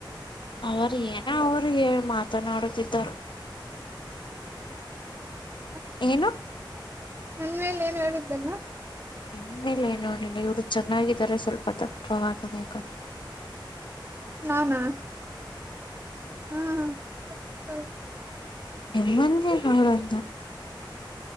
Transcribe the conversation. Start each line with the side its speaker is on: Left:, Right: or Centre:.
Left: ಅವರು ಏನ ಅವರು ಮಾತನಾಡುತ್ತಿದ್ದರು
Right: ಹ್ಮ
Left: ಏನು
Right: ನನ್ಲೆ ಏನ್ ಹೇಳಿದ್ದಲ್ಲ
Left: ನಿಮ್ಮೆಲೆ ನೋಡಿಲ್ಲ ಇವ್ರು ಚೆನ್ನಾಗಿದ್ದಾರೆ ಸ್ವಲ್ಪ ದಪ್ಪ ಹಕಬೇಕಂದ್ರೆ
Right: ಹಾ ನಾ ಹ್ಮ ಹಾ
Left: ಎಮ್ಮಂದ ಹಳಂತ